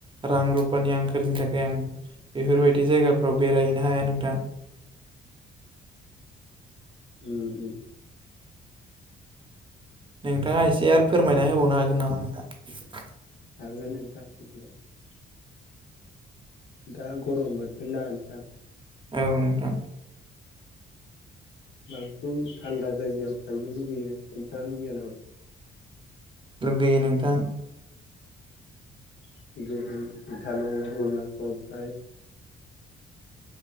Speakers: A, on the right (about 25°); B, on the left (about 70°).
A: रां रुपानि आंखालनि थाखाय आं बेफोरबायदि जायगाफ्राव बेरायहैनो हाया नोंथां <inaudible>
B: उम उम
A: नोंथाङा एसे आरो फोरमायना होबावनो हागोन नामा नोंथां?
B: <unintelligible> दा गरम बोथोरना नोंथां।
A: औ नोंथां।
B: बांसिन थान्दा जायगायाव थांनो लुुबैयो नोंथाङा लुुबैया नामा?
A: लुगैयो नोंथां
B: <unintelligible>